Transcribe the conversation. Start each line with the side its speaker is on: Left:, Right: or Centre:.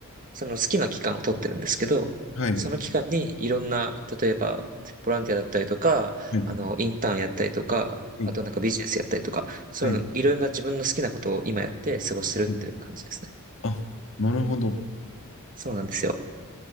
Right: その好きな期間を取ってるんですけど、
Left: はい、
Right: その期間にいろんな、例えば、ボランティアだったりとか、
Left: はい、
Right: あの、インターンやったりとか、
Left: はい、
Right: あとなんかビジネスやったりとか、そういうの、
Left: はい。
Right: いろんな自分の好きなことを今やって過ごしてるっていう感じですね。
Left: はいあ、なるほど。
Right: そうなんですよ。